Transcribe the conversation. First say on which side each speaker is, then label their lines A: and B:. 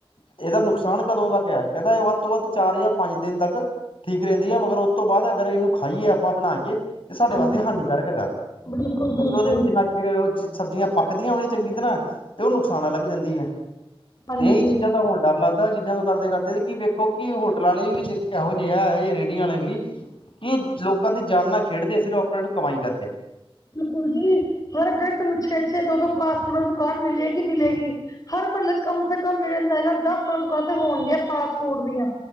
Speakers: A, on the left; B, on the left.
A: ਇਹਦਾ ਨੁਕਸਾਨ ਕਦੋਂ ਤੱਕ ਹੈ, ਕਹਿੰਦਾ ਇਹ ਵੱਧ ਤੋਂ ਵੱਧ ਚਾਰ ਜਾਂ ਪੰਜ ਦਿਨ ਤੱਕ ਠੀਕ ਰਹਿੰਦੀ ਹੈ, ਮਗਰ ਉਸ ਤੋਂ ਬਾਅਦ ਅਗਰ ਇਹਨੂੰ ਖਾਈਏ ਆਪਾਂ ਬਣਾ ਕੇ ਤੇ ਸਾਡੇ
B: ਹਾਂਜੀ
A: ਵਾਸਤੇ, ਹਾਨੀਕਾਰਕ ਹੈਗਾ,
B: ਬਿਲਕੁਲ
A: ਕਿਉਂਕਿ
B: ਬਿਲਕੁਲ
A: ਉਹਦੇ ਵਿੱਚ ਕਿੰਨਾ ਉਸ ਚ ਸਬਜ਼ੀਆਂ ਪੱਕੀਆਂ, ਉਨੀਂ ਚੰਗੀ ਤਰ੍ਹਾਂ ਤੇ ਉਹ ਨੁਕਸਾਨ ਅਲੱਗ ਦਿੰਦੀ ਹੈ।
B: ਹਾਂਜੀ
A: ਤੇ, ਇਹੀ ਚੀਜ਼ਾਂ ਤਾਂ ਹੁਣ ਡਰ ਲੱਗਦਾ ਚੀਜ਼ਾਂ ਤੋਂ ਕਰਦੇ -ਕਰਦੇ ਕਿ, ਵੇਖੋ ਕਿ ਹੋਟਲ ਵਾਲੇ ਵੀ, ਦੇਖੋ ਕਿਹੋ ਜਿਹੇ ਆ, ਇਹੋ ਜਿਹੇ ਰੇਹੜੀਆਂ ਵਾਲੇ ਵੀ। ਕੀ, ਲੋਕਾਂ ਦੀ ਜਾਨ ਨਾਲ ਖੇਡਦੇ, ਸਿਰਫ ਆਪਣੇ ਨੂੰ ਕਮਾਈ ਕਰਕੇ।
B: ਬਿਲਕੁਲ ਜੀ, ਹਰ ਗਲੀ ਤੁਹਾਨੂੰ ਛੇ -ਛੇ, ਦੋ- ਦੋ ਫਾਸਟ ਫੂਡ ਵਾਲੀ ਦੁਕਾਨ ਮਿਲੇਗੀ ਹੀ ਮਿਲੇਗੀ। ਹਰ ਮੁਹੱਲੇ ਚ, ਕਮ ਸੇ ਕਮ ਮੇਰੇ ਅੰਦਾਜ਼ੇ ਨਾਲ ਦਸ ਪੰਦਰਾਂ ਦੁਕਾਨ ਤੇ ਹੋਣਗੀਆਂ, ਫਾਸਟ ਫੂਡ ਦੀਆਂ।